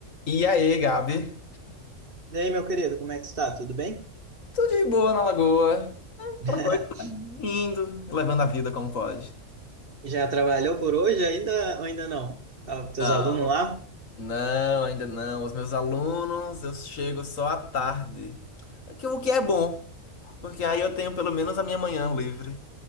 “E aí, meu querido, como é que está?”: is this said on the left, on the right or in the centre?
Right